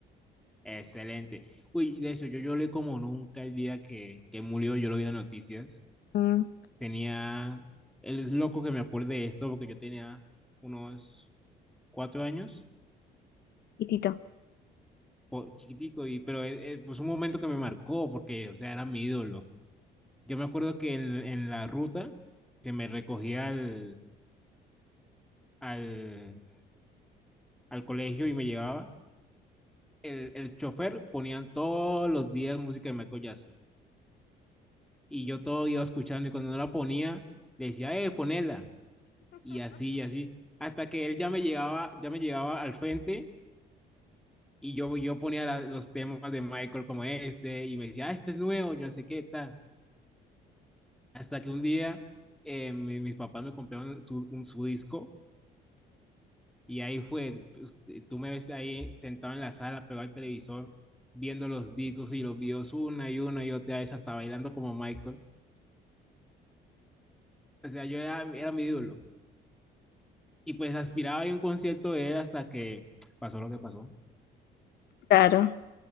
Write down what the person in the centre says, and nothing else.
Excelente. Uy, de eso, yo lloré como nunca el día que, que murió, yo lo vi en las noticias.
Tenía, él es loco que me acuerde de esto porque yo tenía unos cuatro años,
po- chiquitico, y, pero eh, eh, pues un momento que me marcó porque, o sea, era mi ídolo. Yo me acuerdo que en, en la ruta que me recogía al, al, al colegio y me llevaba, el, el chofer ponía todos los días música de Michael Jackson. Y yo todo iba escuchando y cuando no la ponía, le decía, eh, ponela. Y así, y así. Hasta que él ya me llevaba, ya me llevaba al frente y yo, yo ponía la- los temas de Michael como este y me decía, ah, este es nuevo, yo no sé qué tal. Hasta que un día eh, mi- mis papás me compraron su, un- su disco y ahí fue, pues, tú me ves ahí sentado en la sala, pegado al televisor, viendo los discos y los videos una y una y otra vez, hasta bailando como Michael. O sea, yo era, era mi ídolo. Y pues aspiraba a ir a un concierto de él hasta que pasó lo que pasó.